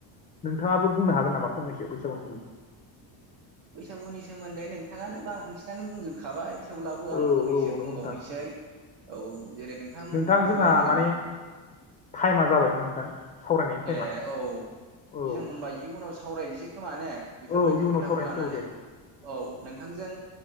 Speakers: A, on the left (about 20°); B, on the right (about 65°).
A: नोंथाङाबो बुंनो हागोन नामा फंनैसो बैसागुनि सोमोन्दै।
B: बैसागुनि सोमोन्दै नोंथाङानो बांसिनानो बुंजोबखाबाय। थेवब्लाबो आं
A: औ
B: फंनैसो
A: औ नंगौ
B: बुंबावनोसै
A: नोंथां
B: औ जेरै नोंथाङा
A: नोंथां
B: बुंजोबखाबाय
A: जोंहा
B: जेरै
A: माने टाइमा जाबायमोन नोंथां। सावरायनायनि टाइमा
B: ए औ
A: औ
B: जों होमबा इयुनाव सावरायनोसै खोमा ने बेफोर
A: औ
B: बायदि
A: इयुनाव
B: खोथाखौ
A: सावरायनोसै
B: लानानै
A: औ दे
B: औ नोंथांजों